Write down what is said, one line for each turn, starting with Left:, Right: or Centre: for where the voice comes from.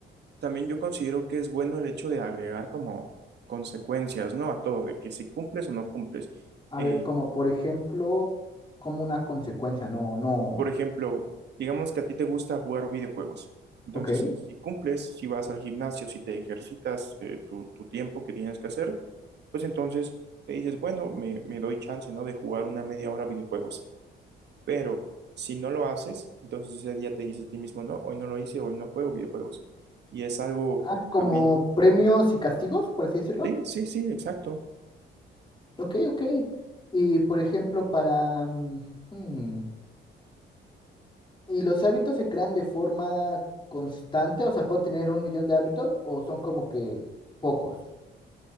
Right: También yo considero que es bueno el hecho de agregar como consecuencias, ¿no? A todo, de que si cumples o no cumples.
Left: A
Right: Eh,
Left: ver, como por ejemplo, como una consecuencia, no, no,
Right: por ejemplo, digamos que a ti te gusta jugar videojuegos. Entonces,
Left: ok.
Right: si cumples, si vas al gimnasio, si te ejercitas eh, tu, tu tiempo que tienes que hacer, pues entonces te dices, bueno, me, me doy chance, ¿no? De jugar una media hora videojuegos. Pero si no lo haces, entonces ese día te dices a ti mismo, no, hoy no lo hice, hoy no juego videojuegos. Y es algo
Left: Ah, como
Right: también,
Left: premios y castigos, por así decirlo.
Right: sí, sí, sí, exacto.
Left: Ok, ok. Y por ejemplo, para... mm, hmm, ¿Y los hábitos se crean de forma constante? O sea, ¿puedo tener un millón de hábitos o son como que pocos?